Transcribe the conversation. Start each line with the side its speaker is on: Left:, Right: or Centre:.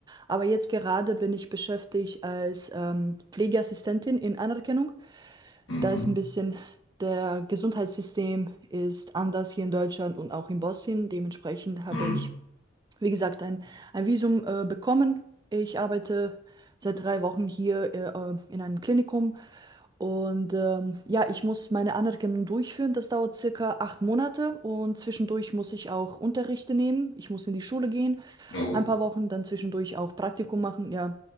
Right: Aber jetzt gerade bin ich beschäftigt als ähm, Pflegeassistentin in Anerkennung.
Left: Mhm.
Right: Da ist ein bisschen der Gesundheitssystem ist anders hier in Deutschland und auch in Bosnien. Dementsprechend habe
Left: Mhm.
Right: ich wie gesagt, ein, ein Visum äh, bekommen. Ich arbeite seit drei Wochen hier äh, äh, in einem Klinikum und ähm, ja, ich muss meine Anerkennung durchführen. Das dauert circa acht Monate und zwischendurch muss ich auch Unterrichte nehmen. Ich muss in die Schule gehen,
Left: Oh.
Right: ein paar Wochen, dann zwischendurch auch Praktikum machen. Ja,